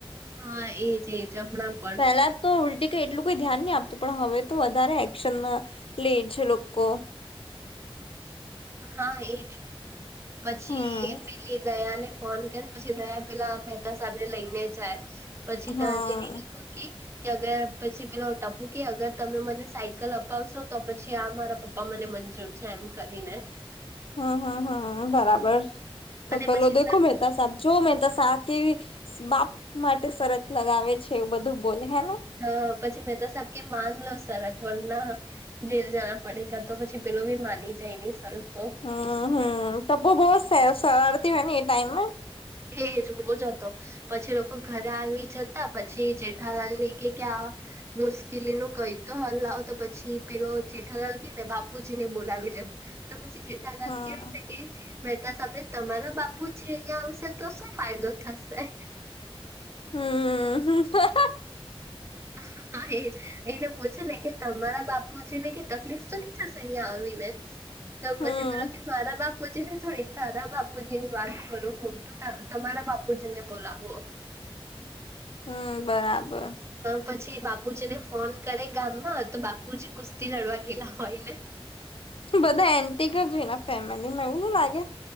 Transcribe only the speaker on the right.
હા એજ એજ હમણાં પણ.
હા એ પછી
પેલી દયા ને ફોન કરને પછી તયા પેલા મહેતા સા લઈને જાય પછી ત્યાં
જે કે અગર પછી પેલા ટપો કે અગર તમે મને સાયકલ આવશો તો પછી આ મારા પપ્પા મને મંજૂર છે એમ કરીને
અને
પછી
હ પછી મેં તો સાહેબ કે માન લો સરાર થોડ ના જેલ જણા પડે ગ તો પછી પેલો બી માની જાય નહી સર તો
એેજ બહ <inaudible> જ હતો પછી લોકો ઘરે આવી જતા પછી જેઠાલાલ ને કે ક્યા મુશ્કેલી ન કઈ તો હલ આવાવો તો પછી પેલો જેઠા લલકી ને બાપુજી ને બોલાવી દે તો પછી જેઠા
લ કેવું છે કે મહેતા સાને તમારા બાપુ જે અહિયાં આવશે તો શું ફાયદો થશે
હા એજ એને પૂછે ને કે તમારા બાપુ છે ને કે તકલીફ તો નહી થશે અહિયાં આવીને તોપછી
મતલબ કે માતા બાપુ છે ને થોડી તારદા બાપ જી ની વાત કરો હું તો તમારા બાપુજી ને બોલાવો
પછી બાપુજી ને ફોન કરે ગામમાં તો બાપુજી કુસ્તી લડવા ગેલા હોય ને